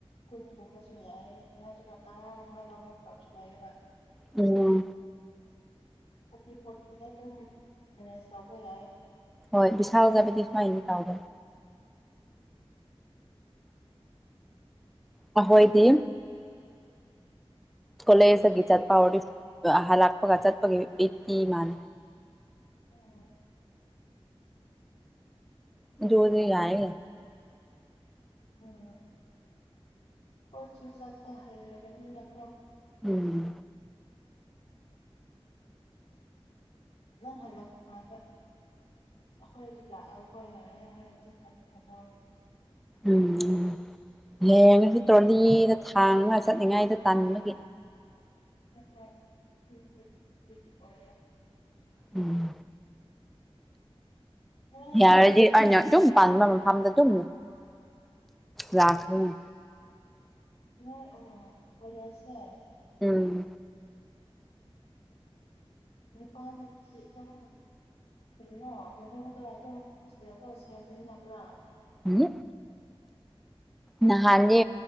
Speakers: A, on the left (about 80°); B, in the centre.
A: ꯀꯨꯟꯒꯨꯝꯕꯁꯨ ꯌꯥꯏꯌꯦ ꯅꯠꯇ꯭ꯔꯒ ꯇꯔꯥꯒꯨꯝꯕ ꯂꯧꯔꯛꯇꯁꯨ ꯌꯥꯏꯑꯕ
B: ꯎꯝ
A: ꯊꯥꯔꯇꯤ ꯐꯣꯔꯇꯤꯗ ꯑꯗꯨꯝ ꯃꯦꯅꯦꯖ ꯇꯧꯕ ꯌꯥꯏ
B: ꯍꯣꯏ ꯕꯤꯁꯥꯜꯗꯕꯨꯗꯤ ꯁꯨꯃꯥꯏꯅꯤ ꯇꯥꯎꯗ ꯑꯍꯣꯏꯗꯤ ꯀꯣꯂꯦꯖꯇꯒꯤ ꯆꯠꯄ ꯍꯧꯔ ꯑꯍ ꯂꯥꯛꯄꯒ ꯆꯠꯄꯒꯤ ꯑꯩꯠꯇꯤ ꯃꯥꯜꯂ
A: ꯑꯣꯝ
B: ꯑꯗꯨ ꯑꯣꯏꯗꯤ ꯌꯥꯏ
A: ꯎꯝ ꯄꯣꯠꯁꯨ ꯆꯠꯄ ꯍꯩꯔꯕꯅꯤꯅꯀꯣ
B: ꯎꯝ
A: ꯅꯡ ꯍꯟꯂꯛꯄ ꯀꯥꯟ ꯗ ꯍꯣꯏ ꯑꯗꯨ ꯂꯥꯛꯑꯣ ꯑꯩꯏ ꯂꯥꯛꯑꯦ ꯌꯥꯗꯤ ꯐꯗꯤ ꯐꯥꯇꯧ
B: ꯎꯝ ꯎꯝ ꯍꯌꯦꯡꯉꯁꯤ ꯇ꯭ꯔꯣꯂꯤꯗ ꯊꯥꯡꯉꯒ ꯆꯠꯅꯤꯡꯉꯥꯏꯗ ꯇꯥꯟꯅꯤꯡꯕꯒꯤ
A: ꯍꯣꯏ ꯑꯣꯏ
B: ꯎꯝ
A: ꯅꯣꯏꯁꯦ
B: ꯌꯥꯔꯗꯤ ꯑꯩꯅ ꯑꯗꯨꯝ ꯄꯥꯟꯕ ꯃꯐꯝꯗ ꯑꯗꯨꯝ ꯂꯥꯛꯈꯅꯤ
A: ꯑꯣꯏ ꯑ ꯀꯣꯂꯦꯖꯁꯦ
B: ꯎꯝ
A: ꯄꯥ ꯀ <unintelligible> ꯀꯅꯣ ꯃꯅꯨꯡꯗ ꯑꯗꯨꯝ ꯍꯣꯁꯇꯦꯜꯗꯣ ꯁꯦꯝꯃꯤꯟꯅꯕ꯭ꯔꯥ
B: ꯎꯝ ꯅꯍꯥꯟꯗꯤ